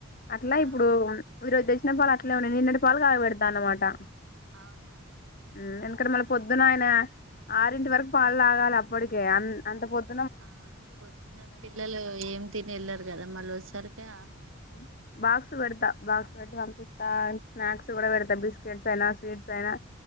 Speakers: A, on the left (about 45°); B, on the right (about 75°).
A: అట్లా
B: ఆ
A: ఇప్ హ్ ఈ రోజు తెచ్చిన పాలు అట్లే ఉండనియి నిన్నటి పాలు కాగ పెడుత అన్నమాట అహ్
B: అవునవును
A: హ్మ్ ఎందుకంటే మళ్ళే ప్ పొద్దున ఆయిన ఆరింటి వరకు పాలు తాగాలి అప్పటికే అన్ అంత పొద్
B: ఆ పొద్దున పిల్లలు ఏం తిని వెళ్ళారు కదా మళ్ళ వచ్చేసరికే ఆప్మా
A: మ్ బాక్స్ పేడ్ డ్తా బాక్స్ పెట్టి పంపిస్తా అండ్ స్నాక్స్ కూడా పెడతా బిస్కెట్స్ అయినా, స్వీట్స్ తో అయినా